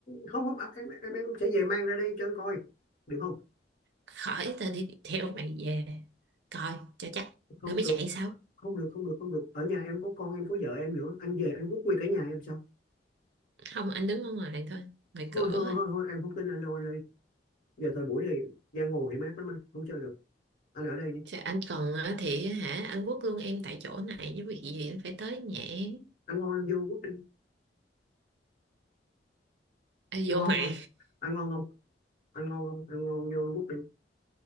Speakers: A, on the left (about 50°); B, on the right (about 65°).
A: không không à, em, em em sẽ về mang ra đây cho anh coi được không
B: khỏi tao đi theo mày về coi cho chắc
A: không
B: rồi mới
A: được
B: chạy sao
A: không được không được không được ở nhà em có con em có vợ em nữa anh về anh quốc quy cả nhà em sao
B: không anh đứng ở ngoài thôi ngoài
A: thôi
B: cửa
A: thôi
B: thôi
A: thôi, thôi em không tin anh đâu anh ơi giờ thời buổi này giang hồ hiểm ác lắm anh không chơi được anh ở đây đi
B: Chứ anh cần á thì hả anh quất luôn em tại chỗ này với việc gì anh phải tới nhà em
A: anh ngon anh vô quốc đi
B: Ê,
A: anh
B: vô
A: ngon
B: mày
A: không anh ngon không anh ngon không anh ngon vô quốc đi